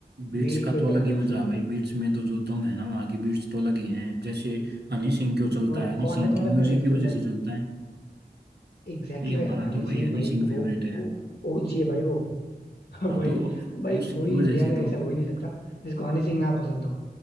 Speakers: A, on the right (about 90°); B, on the left (about 55°).
A: बीट्स
B: बीट
A: का
B: तो एकदम
A: तो अलग
B: अलग
A: ही मजा
B: से ही
A: है भाई
B: है
A: बीट्स में तो जो दम है ना वहाँ की बीट्स तो अलग ही हैं जैसे हनी सिंह क्यों चलता
B: तो
A: है हनी
B: कौन
A: सिंह
B: है तुम्हारा
A: के म्यूजिक
B: फेवरेट
A: की वजह
B: सिंगर
A: से चलता है
B: एग्जैक्टली
A: भाई हमारा
B: भाई हनी
A: तो भाई
B: सिंह
A: हनी
B: भाई
A: सिंह फेवरेट
B: वो
A: है
B: ओजी है भाई वो <laughs>
A: हाँ
B: भाई
A: तो
B: भाई
A: उसकी
B: कोई
A: वजह
B: इंडिया
A: से
B: में ऐसा
A: तो
B: हो ही नहीं सकता जिसको हनी सिंह ना पसंद हो